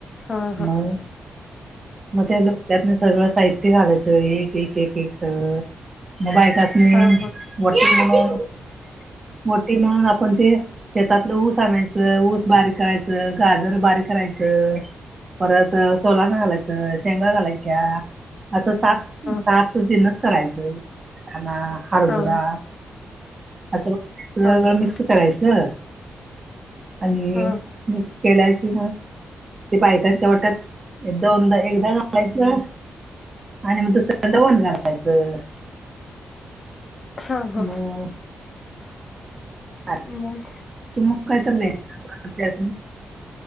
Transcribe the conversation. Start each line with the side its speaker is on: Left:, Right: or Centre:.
Left: हा हा
Right: मग? मग त्या लोटक्यातन थोडक्यात सगळं साहित्य घालायचं एक-एक-एक-एक सगळं मग बायका. हं
Left: हा हा
Right: वटी म्हणून.
Left: <inaudible>
Right: वटी म्हणून आपण ते. शेतातलं ऊस आणायचं, ऊस बारीक करायचं, गाजर बारीक करायचं. परत सोलानं घालायचं, शेंगा घालायच्या असं सात सात
Left: हा
Right: जिन्नस करायचं वटाना, हरभरा
Left: हा
Right: असं. सगळं
Left: हा हा
Right: मिक्स करायचं. आणि
Left: हा हा
Right: मिक्स केल्या कि मग. ते बायकांच्या वट्यात दोनदा-एकदा घालायचं. आणि मग दुसऱ्यांदा वण घालायचं.
Left: हा
Right: मग.....
Left: हा
Right: आ
Left: मग
Right: तू मग काय चाललंय? <inaudible>